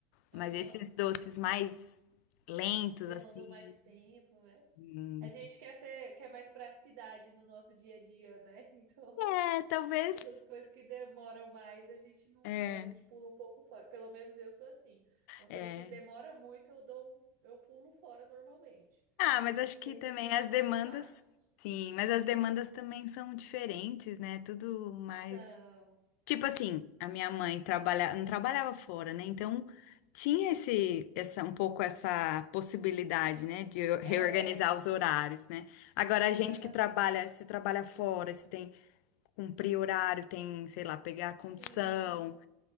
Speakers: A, on the right; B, on the left.
A: Aham.
B: Mas esses doces mais lentos,
A: Que demanda
B: assim.
A: mais tempo, né?
B: hum,
A: A gente quer ser, quer mais praticidade no nosso dia a dia, né? <laughs> Então,
B: É, talvez.
A: essas coisas que demoram mais, a gente não,
B: É,
A: a gente pula um pouco fora. Pelo menos eu sou assim. Uma coisa
B: é.
A: que demora muito, eu dou, um- eu pulo fora normalmente.
B: Ah, mas acho que
A: Tento
B: também
A: ir pro lado
B: as demandas.
A: mais fácil.
B: Sim, mas as demandas também são diferentes, né? Tudo mais
A: São.
B: Tipo assim, a minha mãe trabalha, não trabalhava fora, né? Então tinha esse, essa, um pouco essa possibilidade, né, de eu reorganizar
A: É,
B: os horários, né? Agora a
A: exatamente.
B: gente que trabalha, se trabalha fora, se tem que cumprir horário, tem, sei lá, pegar a
A: Sim,
B: condição,